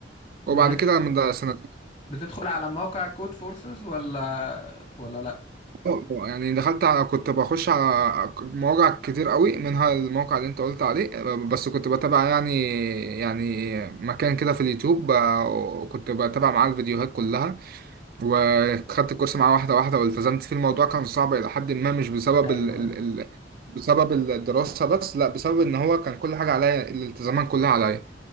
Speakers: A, on the right; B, on the left.
A: وبعد
B: بتدخل
A: كده من سنه
B: بتدخل على موقع كود فورسز ولا ولا لا
A: اه يعني دخلت على كنت بخش على مواقع كتير قوي منها الموقع اللي انت قلت عليه بس كنت بتابع يعني يعني مكان كده في اليوتيوب ب- كنت بتابع معاه الفيديوهات كلها وخدت الكورس معاه واحدة واحدة والتزمت فيه الموضوع كان صعب إلى حد ما مش بسبب
B: ايوه
A: ال ال
B: ايوه
A: ال بسبب الدراسة بس لا بسبب إن هو كان كل حاجة عليا الالتزامات كلها عليا